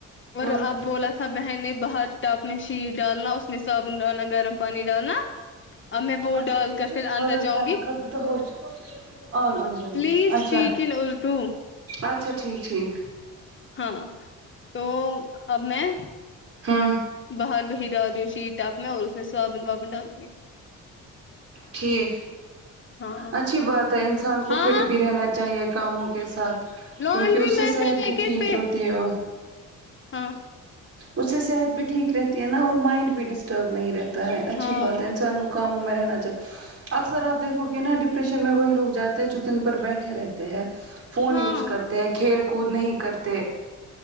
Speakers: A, on the right; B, on the left.
A: ہاں
B: اور اب بولا س بہن نے باہر ٹاپ میں شیر ڈالنا اس میں صابن ڈالنا گرم پانی ڈالنا اب میں وہ
A: دشوند
B: ڈال کر
A: تو
B: پھر اندر
A: ع
B: جاؤں
A: کرنے
B: گی
A: خطر تو ہووچ آن <inaudible>
B: پلیز
A: اچھا
B: اسپیک ان اردو
A: اچھا ٹھیک ٹھیک
B: ہاں تو اب میں
A: ہاں
B: باہر وہی ڈال رہی ہ شیٹ ٹپ میں اور اس میں صابن وابن ڈال دیی
A: ٹھیک
B: ہاں
A: اچھی بات ہے انسان کو
B: ہاں
A: فٹ بھی رہنا چاہیے کاموں کے ساتھ
B: لانڈری
A: کیونکہ اس
B: میں
A: سے صحت
B: ہے ریکٹ
A: بھی ٹھیک
B: پہ
A: رہتی ہے وہ
B: ہاں
A: اس سے صحت بھی ٹھیک رہتی ہے نا اور مائنڈ بھی ڈسٹرب نہیں رہتا ہے اچھی
B: ہاں
A: بات ہے انسان کو کاموں میں رہنا چاہے اکثر آپ دیکھو گے نا ڈپریشن میں وہی لوگ جاتے ہیں جو دن پر بیٹھے رہتے ہیں فون
B: ہاں
A: یوز کرتے ہیں کھیل کود نہیں کرتے